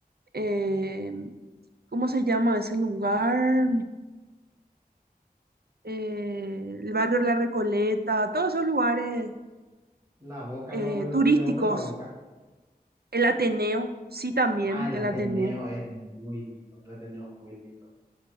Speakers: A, on the right (about 75°); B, on the right (about 20°).
A: eh, ¿cómo se llama ese lugar? Eh, el barrio La Recoleta, todos esos lugares
B: La boca
A: eh,
B: no, re-
A: turísticos
B: no se ve por la boca.
A: El Ateneo, sí también,
B: Ah, el
A: el
B: Ateneo
A: Ateneo.
B: es muy lindo, el Ateneo es muy lindo.